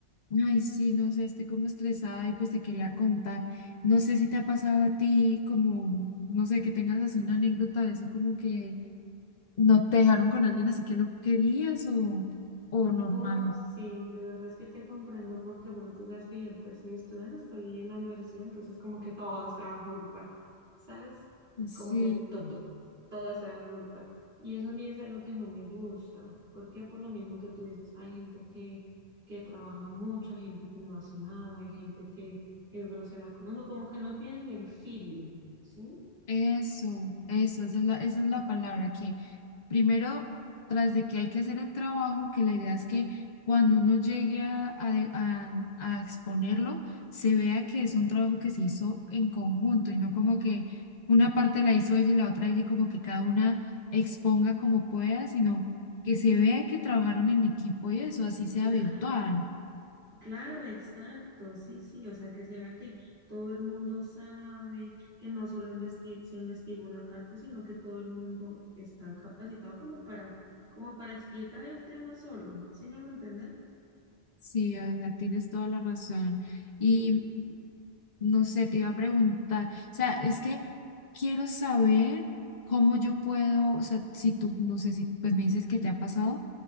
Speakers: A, on the left; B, on the right.
A: ay, sí, no sé, estoy como estresada y pues te quería contar. No sé si te ha pasado a ti como, no sé, que tengas así una anécdota de eso, como que ¿No te dejaron con alguien así que no querías o, o normal?
B: No,
A: o-
B: sí, de verdad es que te comprendo porque, bueno, tú sabes que yo ahorita estoy estudiando, estoy en la universidad, entonces como que todo es trabajo grupal, ¿sabes?
A: Sí,
B: Como que todo, todo es trabajo grupal. Y eso a mí es algo que no me gusta, porque por lo mismo que tú dices, hay gente que, que trabaja mucho, hay gente que no hace nada, hay gente que es grosera con uno, como que no tienen el feeling, ¿sí?
A: eso, eso, esa es la, esa es la palabra, que primero, tras de que hay que hacer el trabajo, que la idea es que cuando uno llegue a, a, a- a exponerlo, se vea que es un trabajo que se hizo en conjunto y no como que una parte la hizo ella y la otra ella y como que cada una exponga como pueda, sino que se vea que trabajaron en equipo y eso, así sea
B: Claro.
A: virtual.
B: Claro, exacto, sí, sí, o sea, que se vea que todo el mundo sabe, que no solo investi- se investiga una parte, sino que todo el mundo está capacitado como para, como para explicar el tema solo, ¿sí me hago entender?
A: Sí, Olga, tienes toda la razón.
B: Y
A: Y no sé, te iba a preguntar, o sea, es que quiero saber cómo yo puedo, o sea, si tú, no sé si pues me dices que te ha pasado.